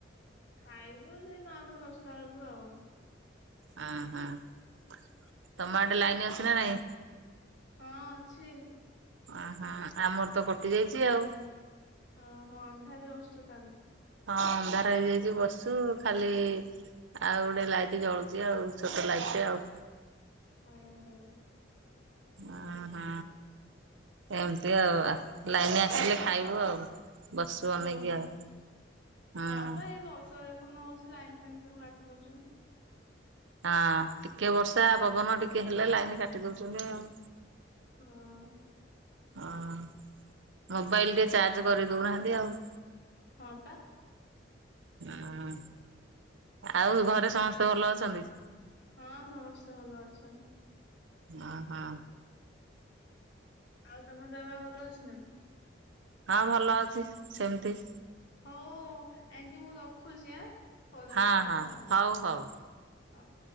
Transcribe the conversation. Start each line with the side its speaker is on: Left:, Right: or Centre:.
Left: ଖାଇବୁ ସେ ନଅ ଟା ଦଶଟା ବେଳକୁ ଆଉ।
Right: ଉ ହୁଁ ତମ ଆଡେ ଲାଇନ ଅଛି ନା ନାଇଁ?
Left: ହଁ ଅଛି।
Right: ଓହୋ ଆମର ତ କଟି ଯାଇଛି ଆଉ।
Left: ଓହୋ ଅନ୍ଧାରେ ଵଶ୍ଚ ତାହେଲେ।
Right: ହଁ ଅନ୍ଧାର ହେଇଯାଇଛି ବସିଛୁ ଖାଲି ଆଉ ଗୋଟେ ଲାଇଟି ଜଳୁଚି ଆଉ ଛୋଟ ଲାଇଟଟେ ଆଉ।
Left: ଓହୋ
Right: ଓହୋ ଏମିତି ଆଉ ଆ ଲାଇନ ଆସିଲେ ଖାଇବୁ ଆଉ। ବସିଛୁ ଅନେଇକି
Left: ଅ ହୋ
Right: ଆଉ। ହୁଁ
Left: ହଁ ପାଇଁ ଏଇ ବର୍ଷା ଦେଖୁନୁ ହଉଛି ଲାଇନ୍ ଫାଇନ୍ ସବୁ କାଟି ଦଉଛନ୍ତି।
Right: ହଁ ଟିକେ ବର୍ଷା ପବନ ଟିକେ ହେଲେ ଲାଇନ କାଟି ଦଉଛନ୍ତି ଆଉ।
Left: ହଁ।
Right: ହଁ ମୋବାଇଲ ଟିକେ ଚାର୍ଜ କରିଦଉନାହାନ୍ତି ଆଉ।
Left: ହଁ ପା
Right: ଉଁ ଆଉ ଘରେ ସମସ୍ତେ ଭଲ ଅଛନ୍ତି?
Left: ହଁ ସମସ୍ତେ ଭଲ ଅଛନ୍ତି।
Right: ଅ ହୋ।
Left: ଆଉ ତମ ଦେହ ଭଲ ଅଛି ନା?
Right: ହଁ ଭଲ ଅଛି ସେମିତି।
Left: ହଉ ଆଣ୍ଟି ମୁଁ ରଖୁଛି ଆଁ ପରେ
Right: ହଁ
Left: କଥା
Right: ହଁ
Left: ହବା ଆଉ।
Right: ହଉ ହଉ।
Left: ହଉ।